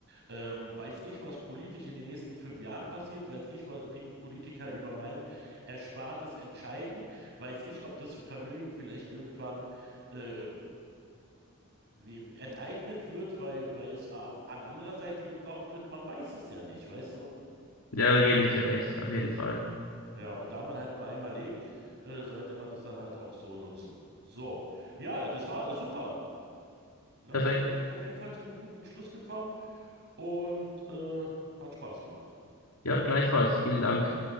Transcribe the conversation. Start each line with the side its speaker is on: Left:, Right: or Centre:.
Right: Ähm, weiß ich, was politisch in den nächsten fünf Jahren passiert? Weiß ich, wa- wie die Politiker über mein Erspartes entscheiden? Weiß ich, ob das Vermögen vielleicht irgendwann äh, wie enteignet wird, weil, weil es auf, an anderer Seite gebraucht wird. Man weiß es ja nicht, weißt du?
Left: Ja, da gebe ich dir recht, auf jeden Fall.
Right: Ja, und da man halt nur einmal lebt, äh, sollte man das dann halt auch so nutzen. So, ja, das war super. Ne?
Left: Perfekt.
Right: Wir sind auf jeden Fall zu einem guten Schluss gekommen und äh, hat Spaß gemacht.
Left: Ja, gleichfalls. Vielen Dank.